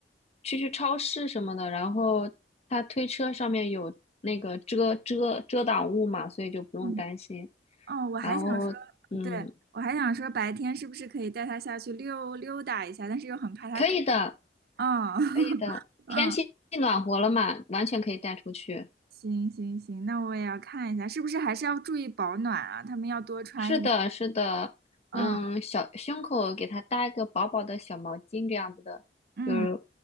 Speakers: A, on the left; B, on the right.
A: 去去超市什么的，然后他推车上面有那个遮遮遮挡物嘛，所以就不用担心。
B: 嗯，哦，我还想说，
A: 然后嗯，
B: 对，我还想说白天是不是可以带他下去溜溜达一下，但是又很怕他感，
A: 可以的，
B: 嗯，<laughs>
A: 可以的，天气暖和了嘛，
B: 嗯。
A: 完全可以带出去。
B: 行行行，那我也要看一下，是不是还是要注意保暖啊？他们要多穿一点。
A: 是的，是的，
B: 嗯
A: 嗯，小胸口给它搭一个薄薄的小毛巾这样子的，
B: 嗯，
A: 就是